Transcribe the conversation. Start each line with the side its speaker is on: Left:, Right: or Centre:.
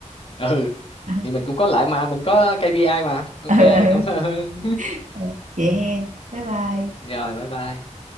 Left: ừ
Right: <laughs>
Left: thì mình cũng có lại mà mình có KPI mà ok
Right: ừ, ừ.
Left: cảm ơn
Right: Ờ, vậy hen bye bye
Left: <laughs> rồi bye bye